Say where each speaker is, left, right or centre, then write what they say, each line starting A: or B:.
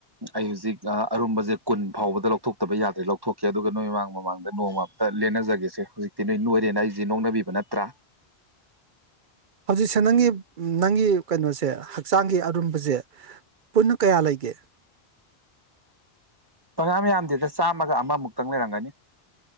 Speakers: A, on the right; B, on the right.
A: ꯑꯩ ꯍꯧꯖꯤꯛ ꯑ ꯑꯔꯨꯝꯕꯁꯦ ꯀꯨꯟ ꯐꯥꯎꯕꯗ ꯂꯧꯊꯣꯛꯇꯕ ꯌꯥꯗ꯭ꯔꯦ ꯂꯧꯊꯣꯛꯀꯦ ꯑꯗꯨꯒ ꯅꯣꯏ ꯃꯥꯡ꯫ ꯃꯃꯥꯡꯗ ꯅꯣꯡꯃ ꯑꯝꯇ ꯂꯦꯟꯅꯖꯒꯦꯁꯦ ꯍꯧꯖꯤꯛꯇꯤ ꯅꯣꯏ ꯅꯣꯏꯔꯦꯅ ꯑꯩꯁꯦ ꯅꯣꯛꯅꯕꯤꯕ ꯅꯠꯇ꯭ꯔꯥ꯫
B: ꯍꯧꯖꯤꯛꯁꯦ ꯅꯪꯒꯤ ꯅꯪꯒꯤ ꯀꯩꯅꯣꯁꯦ ꯍꯛꯆꯥꯡꯒꯤ ꯑꯔꯨꯝꯕꯖ‌ꯦ꯫ ꯄꯨꯟꯅ ꯀꯌꯥ ꯂꯩꯒꯦ꯫
A: ꯄꯪꯌꯥꯝ ꯌꯥꯝꯗꯦꯗ ꯆꯥꯝꯃꯒ ꯑꯃ ꯃꯨꯛꯇꯪ ꯂꯩꯔꯝꯒꯅꯤ꯫